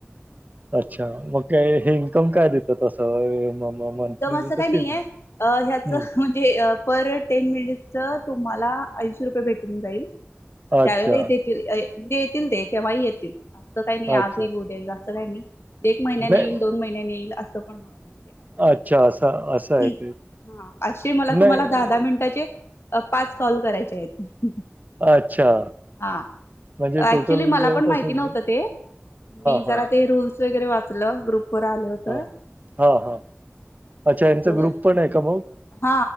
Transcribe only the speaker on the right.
अच्छा, मग काय हे इन्कम काय देतात असं? म म
मंथली
देतात
की
हं.
अच्छा,
अच्छा.
नाही
अच्छा असं असं आहे ते.
नाही
अच्छा.
म्हणजे टोटल
जवळपास
हां,
हां,
हां. हां,
हां.
अच्छा
यांचा ग्रुप पण आहे का मग?